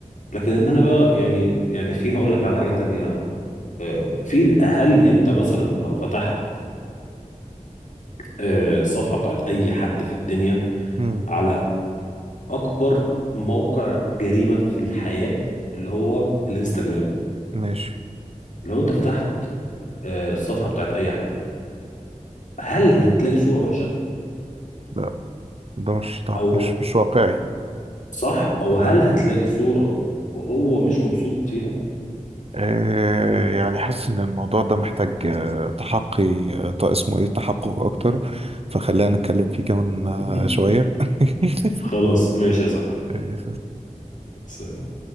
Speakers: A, on the left; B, on the right.
A: لكن ان انا بقى يعني يعني في هقول لك على حاجة تانية آه، في هل انت مثلا لو فتحت آه، الصفحه بتاعت اي حد في الدنيا
B: أمم،
A: على اكبر موقع جريمه في الحياه اللي هو الانستجرام
B: ماشي
A: لو انت فتحت آه، الصفحه بتاعت اي حد هل هتلاقي صوره وحشه
B: لا ده مش تع-
A: او
B: مش مش واقعي
A: صح او هل
B: اه
A: هتلاقي صوره هو مش مبسوط فيها
B: آه، يعني حاسس ان الموضوع ده محتاج آه، تحقي آه، ط- اسمه ايه تحقق اكتر فخلينا نتكلم فيه كمان آه،
A: <laughs>
B: شوية <laughs>
A: خلاص ماشي يا صاحبي
B: آه،
A: سلام